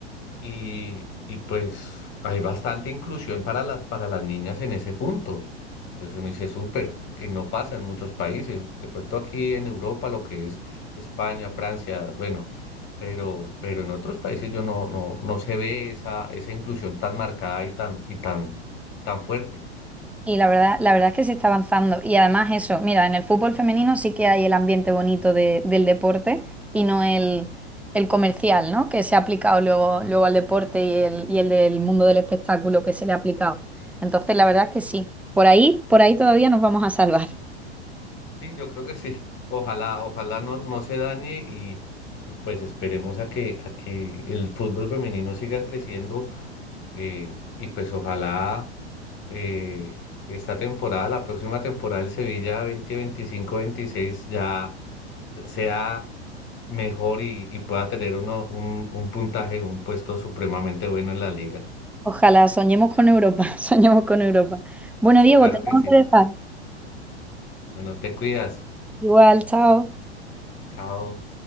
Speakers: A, on the left; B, in the centre.
A: y, y pues hay bastante inclusión para las, para las niñas en ese punto. Entonces uno dice, súper, que no pasa en muchos países. De pronto aquí en Europa, lo que es España, Francia, bueno, pero, pero en otros países yo no, no, no se ve esa, esa inclusión tan marcada y tan, y tan, tan fuerte.
B: Y la verdad, la verdad es que se está avanzando. Y además eso, mira, en el fútbol femenino sí que hay el ambiente bonito de- del deporte y no el, el comercial, ¿no? Que se ha aplicado luego, luego al deporte y el, y el del mundo del espectáculo que se le ha aplicado. Entonces, la verdad es que sí. Por ahí, por ahí todavía nos vamos a salvar.
A: Sí, yo creo que sí. Ojalá, ojalá no, no se dañe y, y pues esperemos a que, a que el fútbol femenino siga creciendo Eh, y pues ojalá eh, esta temporada, la próxima temporada del Sevilla veinte veinticinco veintiséis ya sea mejor y, y pueda tener uno, un, un puntaje, un puesto supremamente bueno en la liga.
B: Ojalá, soñemos con Europa, <laughs> soñemos con Europa. Bueno, Diego,
A: Claro
B: tenemos
A: que sí.
B: que dejar.
A: Bueno, te cuidas.
B: Igual, chao.
A: Chao.